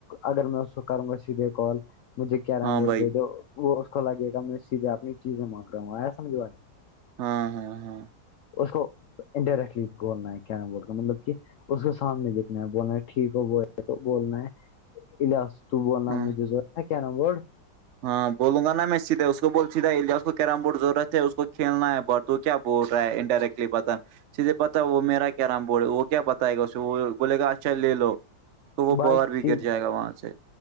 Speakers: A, on the left; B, on the right.
A: اگر میں اس کو کروں گا سیدھے کال مجھے کیرا
B: ہاں
A: بورڈ
B: بھائی
A: دے دو وہ اس کو لگے گا میں سیدھے اپنی چیزیں مانگ رہا ہوں آیا سمجھوائی
B: ہاں ہاں ہاں
A: اس کو انڈائریکٹلی بولنا ہے کیا ن بولنا مطلب کہ اس کو سامنے دیک بولنا ہے ٹھیک ہو بول تو بولنا علاج تو بولنا
B: ہاں
A: مجھے جو کیا نام بورڈ
B: ہاں بولوں گا میں سیدھے اس کو بول سیدھا اس کو کیرم بورڈ ضرورت ہے اس کو کھیلنا ہے بٹ تو کیا بول رہا ہے انڈائریکٹلی پتا سیدھے پتا وہ میرا کیرم بورڈ وہ کیا بتائے گا اسے وہ بولے گا اچھا لے لو کو وہ
A: بائی
B: باہر بھی
A: سید
B: گر جائے گا وہاں سے